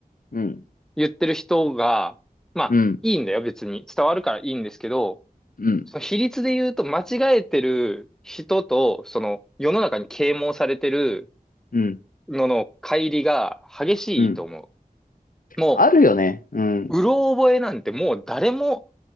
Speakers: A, on the left; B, in the centre.
A: うん。
B: 言ってる人が、まあ、
A: うん。
B: いいんだよ、別に。伝わるからいいんですけど、
A: うん。
B: その比率で言うと間違えてる人と、その世の中に啓蒙されてる
A: うん。
B: のの乖離が激しいと思
A: うん。
B: う。も
A: あるよね。うん。
B: う、うろ覚えなんてもう誰も